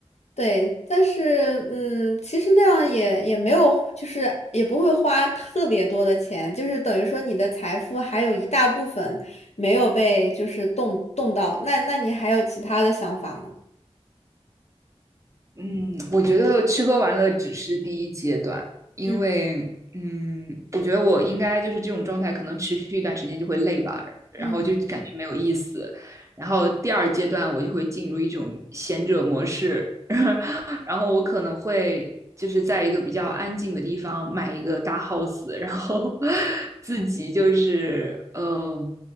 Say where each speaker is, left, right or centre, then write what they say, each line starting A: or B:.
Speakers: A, on the left; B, on the right.
A: 对，但是嗯，其实那样也也没有，就是也不会花特别多的钱，就是等于说你的财富还有一大部分没有被就是动动到，那那你还有其他的想法吗？
B: 嗯，我觉得吃喝玩乐只是第一阶段，因为嗯，
A: 嗯
B: 我觉得我应该就是这种状态，可能持续一段时间就会累吧，然后就感觉没有意思。
A: 嗯。
B: 然后第二阶段我就会进入一种闲者模式，<laughs> 然后我可能会就是在一个比较安静的地方买一个大 house，然后 <laughs> 自己就是呃